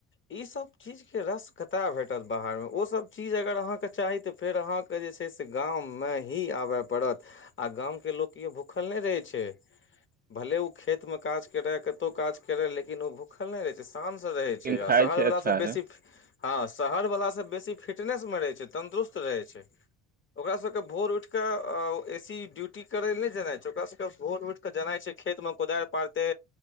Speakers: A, on the left; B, on the right.
A: ई सब चीज के रस कतय भेटत बाहर मे ओ सब चीज अगर अहाँके चाही तऽ फेर अहाँके जे छै से गाँमे ही आबय पड़त आ गाम के लोक के भूखल नहि रहै छै भले ओ खेत मे काज करै कतहुँ काज करै लेकिन ओ भूखल नहि रहै छै आ शानसँ रहै छै
B: लेकिन
A: आ
B: खाय
A: शहरवलासँ
B: अच्छा
A: बेसी
B: है
A: फी हँ शहरवलाास सभ बेसी फिटनेस मे रहै छै तन्दुरुस्त रहै छै ओकरा सभके भोर उठि कऽ अ ओ ए सी ड्यूटी करय ल नहि जेनाइ छै ओकरा सभके भोर उठि कऽ जेनाइ छै खेत मे कोदारि पारते